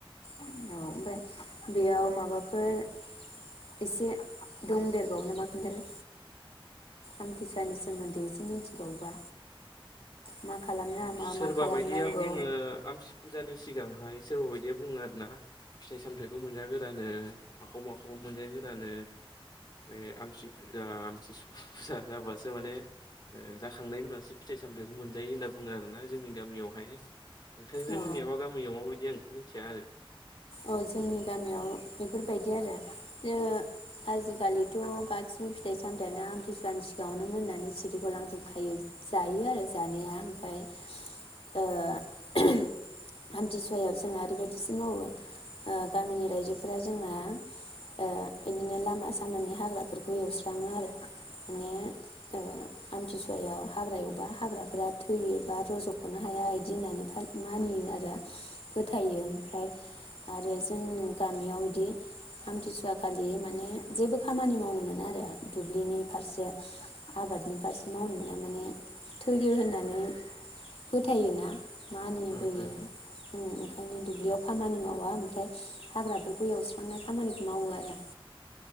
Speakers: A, on the left; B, on the left.
A: औ ओमफ्राय बेयाव माबाफोर एसे दंदेरबावो नामा खोन्थालाय आमथिसुवानि सोमोन्दै एसे मिथिबावोबा मा खालामना
B: आमस
A: मा
B: सोरबा
A: मा खालामनांगौ
B: बायदिया बुङो आमसि फुजानि सिगांहाय सोरबा बायदि बेे बुङो आरो ना फिथाइ सामथाइखौ मोनजा गोरानो माखौ माखौबा मोनजा गोरानो बे आमसि फुजा आमथि फुजा जाबासो माने ओ जाखांनायनि उनावसो फिथाइ सामथाइखौ मोनजायो होनना बुङो आरोना जोंनि गामियावहाय। नोंथांजो
A: अ
B: मोननियाबा गामियाव माबायदि आंथ' थिया आरो।
A: औ जोंनि गामियाव बेफोरबायदि आरो ओ आजिखालिथ' गासिबो फिथाइ सामथाइयानो आमथिसुवानि सिगाङावनो मोननानै सिरिगलांजोबखायो जायो आरो जानाया ओमफ्राय ओ आमथिसुवायाव जोंहा ओरैबायदिसो मावो ओ गामिनि रायजोफोरा जोंना ओ इदिनो लामा सामानि हाग्राफोरखौ एवस्राङो आरो माने ओ आमथिसुवायाव हाग्रा एवबा हाग्राफोरा थैयो बा रज'ख'नो हाया बिदि होननानै फाल मानियो आरो फोथायो ओमफ्राय आरो जों गामियाव इदि आमथिसुवा खालि माने जेबो खामानि मावनो मोना आरो दुब्लिनि फारसे आबादनि फारसे मावनो मोना माने थैयो होननानै फोथायोना। मानिबोयो
B: उम उम
A: ओं ओंखायनो दुब्लियाव खामानि माव आ ओमफ्राय हाग्राफोरखौ एवस्रांनाय खामानिखौ मावो आरो।